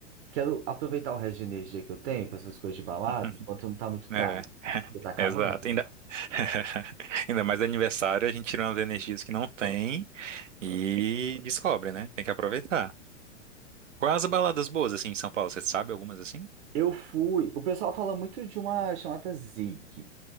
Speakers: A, on the right; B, on the right.
A: quero aproveitar o resto de energia que eu tenho para essas coisas de balada,
B: <laughs>
A: enquanto não tá muito tarde.
B: É, <laughs>
A: porque tá acabando.
B: exato. Ainda...
A: né?
B: <laughs> Ainda mais aniversário, a gente tira umas energias que não tem e descobre, né? Tem que aproveitar. Quais as baladas boas, assim, em São Paulo? Você sabe algumas assim?
A: Eu fui. O pessoal fala muito de uma chamada Zig.